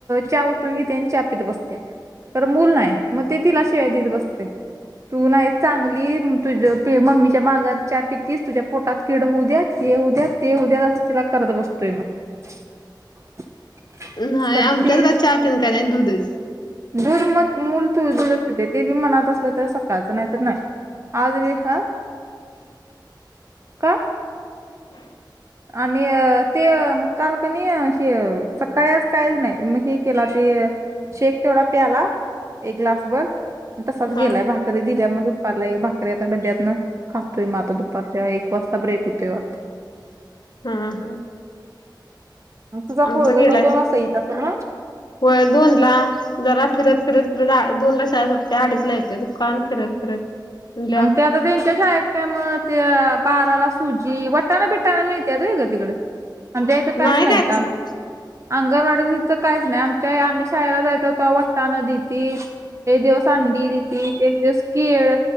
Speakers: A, on the right; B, on the left.
A: चहा ओतून घित्या च्या पीत बसत्या तर मूल नाही मग ते तीला शिवा देत बसते तू नाही चांगली, तुझ पी मम्मीच्या माघार च्या पितीस तुझ्या पोटात किड होऊ द्या, हे होऊ द्यात, ते उद्यां तिला करत बसतोय मग
B: न्हाय
A: करती
B: आमच्याच का चहातन कानाय दूधच.
A: दूध मग मूल थू दूध अस ते ते बी मनात असलं तर सकाळचं नाही तर नाही. आर हा का.
B: हो.
A: आणि ते कालकनी श. सकाळी आज काहीच नाही मग हे केला ते शेक तेवढा प्याला एक ग्लासभर. तसाच
B: हा
A: गेलाय भाग. री दिल्यामुळेग दुपारला एक भाकरी आता ड्ड्यातन खासाततोय मग आता दुपारच्या एक वाजता ब्रेक होतोय आ.
B: हा हा.
A: तुझा
B: आमचा
A: पोरग
B: गेलाय
A: का दोन असा इ सग.
B: होय दोन ला जरा फिरत फिरत फिरत दोन लषा सुटते अडीच ला येते दुकान फिरत फिरत. म्हणल्या
A: ते आता त्यांच्या शाळेत. काय मग ते बाराला सुजी वटाणा बिटाणा मिळते त गं तिकडे आ त्या इथं काहीच
B: नाही
A: नाहीत.
B: काय तसलं
A: अंगणवाडी तिथं काहीच नाही आमच्या आम्ही शारला जायचो होतो वट्टा नदी त. एक दिवस अंडी दिली ती एक दिवस केळ